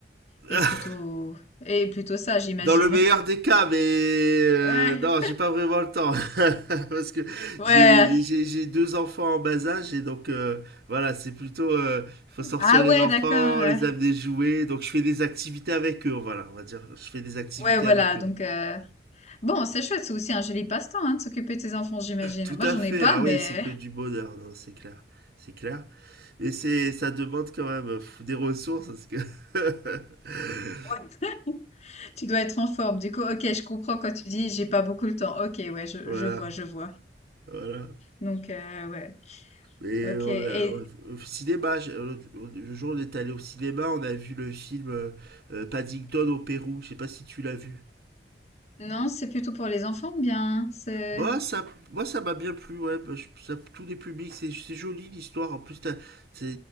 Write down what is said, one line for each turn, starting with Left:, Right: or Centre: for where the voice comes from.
Right: <laughs>
Left: et plutôt, et plutôt ça, j'imagine.
Right: Dans le meilleur des cas, mais euh,
Left: Ouais.
Right: non, j'ai pas vraiment le temps <laughs> parce que
Left: <laughs> Ouais.
Right: j'ai j'ai- j'ai deux enfants en bas âge et donc euh, voilà, c'est plutôt euh, faut sortir
Left: Ah
Right: les
Left: ouais,
Right: enfants,
Left: d'accord. euh.
Right: les amener jouer, donc je fais des activités avec eux, voilà, on va dire, je fais des activités
Left: Ouais, voilà.
Right: avec eux.
Left: Donc, euh, bon, c'est chouette. C'est aussi un joli passe-temps, hein, de s'occuper de ses enfants, j'imagine.
Right: Tout
Left: Moi,
Right: à
Left: j'en
Right: fait.
Left: ai pas,
Right: Ah
Left: mais.
Right: oui, c'est que du bonheur, non, c'est clair. C'est clair. Et c'est, ça demande quand même euh, des ressources parce que <laughs>
Left: <laughs> Ouais. Tu dois être en forme. Du coup, ok, je comprends quand tu dis j'ai pas beaucoup le temps. Ok, ouais, je,
Right: voilà,
Left: je vois, je vois.
Right: voilà.
Left: Donc, euh, ouais,
Right: Et
Left: ok.
Right: on
Left: Et
Right: a, au au cinéma, je- euh, le jour où on est allé au cinéma, on a vu le film euh, euh, Paddington au Pérou. Je sais pas si tu l'as vu.
Left: non, c'est plutôt pour les enfants, ou bien. C'est.
Right: Bah, ça, moi, ça m'a bien plu, ouais. bah, je- ça- tous les publics, c'est c'est joli l'histoire. En plus, t'as t'as-